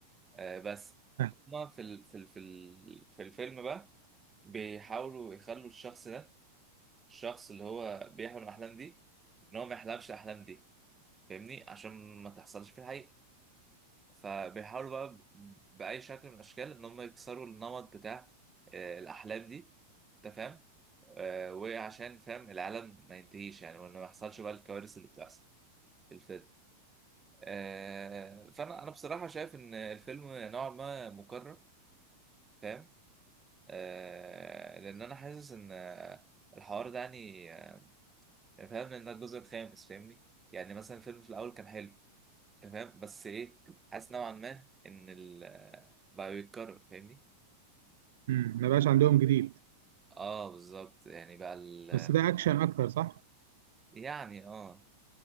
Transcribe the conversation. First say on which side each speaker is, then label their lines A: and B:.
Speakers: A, on the right (about 15°); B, on the right (about 55°).
A: آه بس
B: آه.
A: هما في ال في ال في ال- في الفيلم بقى بيحاولوا يخلوا الشخص ده الشخص اللي هو بيحلم الأحلام دي إن هو ما يحلمش الأحلام دي فاهمني عشان ما تحصلش في الحقيقة فبيحاولوا بقى ب- بأي شكل من الأشكال إن هم يكسروا النمط بتاع آه، الأحلام دي أنت فاهم آه، وعشان فاهم العالم ما ينتهيش يعني وإن ما يحصلش بقى الكوارث اللي بتحصل في الفيلم آه، فأنا أنا بصراحة شايف إن الفيلم نوعا ما مكرر فاهم آه، لأن أنا حاسس إن آه، الحوار ده يعني يعني فاهم انها الجزء الخامس فاهمني يعني مثلا الفيلم في الاول كان حلو تمام بس ايه حاسس نوعا ما ان ال بقى بيتكرر فاهمني
B: مم. ما بقاش عندهم جديد
A: اه بالظبط يعني بقى ال
B: بس ده اكشن اكتر صح؟
A: يعني اه